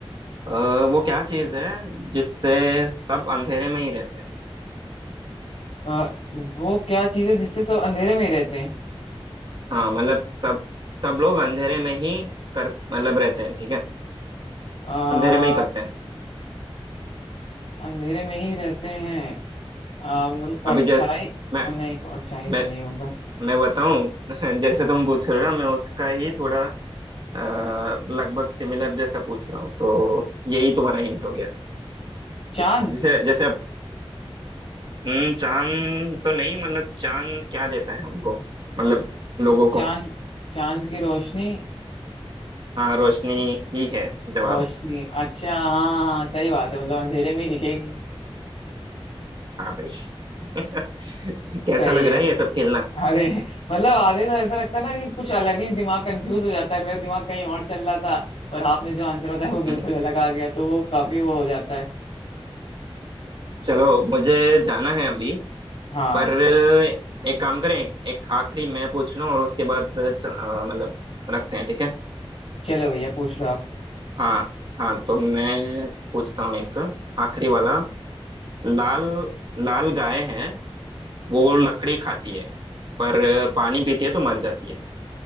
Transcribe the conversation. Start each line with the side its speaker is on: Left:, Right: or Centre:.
Right: अ, वो क्या चीज़ है जिससे सब अंधेरे में ही रहते हैं
Left: अ, वो क्या चीज है जिससे सब अंधेरे में ही रहते
Right: हाँ मतलब सब सब लोग अंधेरे में ही कर मतलब रहते हैं ठीक है
Left: हैं
Right: अंधेरे में ही करते हैं
Left: अंधेरे में ही रहते हैं आ, मतलब परछाई
Right: अभी जैसे मैं
Left: नहीं परछाई तो
Right: मैं
Left: नहीं होगा
Right: मैं बताऊं <laughs> जैसे तुम पूछ रहे हो ना मैं उसका ही थोड़ा आ, लगभग सिमिलर जैसा पूछ रहा हूँ तो यही तुम्हारा हिंट हो गया
Left: चांद
Right: जैसे जैसे अब हम्म, चांद तो नहीं मतलब चांद क्या देता है हमको मतलब लोगों
Left: चांद
Right: को
Left: चांद की रोशनी
Right: हाँ रोशनी ही है जवाब
Left: रोशनी अच्छा हाँ हाँ हाँ, सही बात है मतलब अंधेरे में ही दिखेगी
Right: हाँ भाई <laughs> कैसा
Left: सही
Right: लग
Left: है
Right: रहा है ये सब खेलना
Left: अरे मतलब आधे तो ऐसा लगता है ना कि कुछ अलग ही दिमाग कंफ्यूज हो जाता है मेरा दिमाग कहीं और चल रहा था पर आपने जो आंसर होता है वो बिल्कुल
Right: हम्म,
Left: अलग आ गया तो वो काफी वो हो जाता है
Right: चलो मुझे जाना है अभी
Left: हाँ
Right: पर एक काम करें एक, एक आखिरी मैं पूछ लूं और उसके बाद च- अ, मतलब रखते हैं ठीक है
Left: चलो भैया पूछ लो आप
Right: हाँ हाँ तो मैं पूछता हूँ एक आखिरी वाला लाल लाल गाय है वो लकड़ी खाती है पर पानी पीती है तो मर जाती है